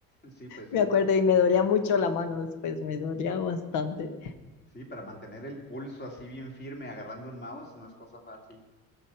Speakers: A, on the left; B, on the left.
A: Sí, pues sí.
B: Me acuerdo y me dolía mucho la mano después, me dolía bastante.
A: Sí, para mantener el pulso así bien firme agarrando un mouse no es cosa fácil.